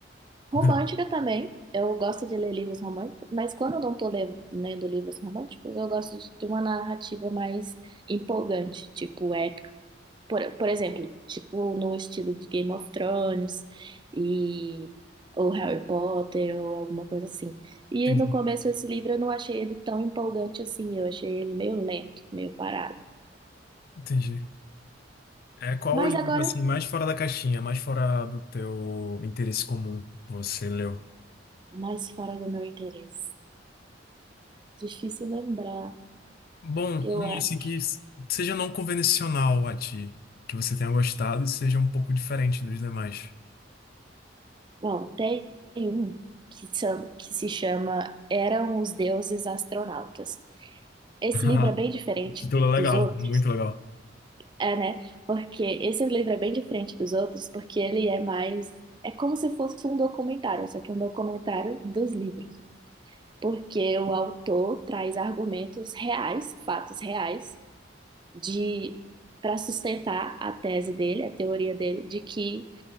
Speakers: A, on the right; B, on the left.
A: Romântica
B: <laughs>
A: também. Eu gosto de ler livros românticos, mas quando eu não estou lendo livros românticos, eu gosto de de uma narrativa mais empolgante, tipo épica. Por, por exemplo, tipo no estilo de Game of Thrones e ou Harry Potter ou alguma coisa assim. E
B: Entendi,
A: no começo esse livro eu não achei ele tão empolgante assim, eu achei ele meio lento, meio parado.
B: entendi. É, qual
A: Mas
B: o livro,
A: agora,
B: assim, mais fora da caixinha, mais fora do teu interesse comum você leu?
A: mais fora do meu interesse. Difícil lembrar,
B: Bom,
A: eu
B: um,
A: acho.
B: assim, que s- seja não convencional a ti, que você tenha gostado e seja um pouco diferente dos demais.
A: Bom, tem um que, são- que se chama Eram os Deuses Astronautas. Esse
B: <laughs>
A: livro é bem diferente
B: Título legal,
A: dos outros,
B: muito legal.
A: é, né? Porque esse livro é bem diferente dos outros, porque ele é mais. É como se fosse um documentário, só que é um documentário dos livros. Porque o autor traz argumentos reais, fatos reais, de para sustentar a tese dele, a teoria dele, de que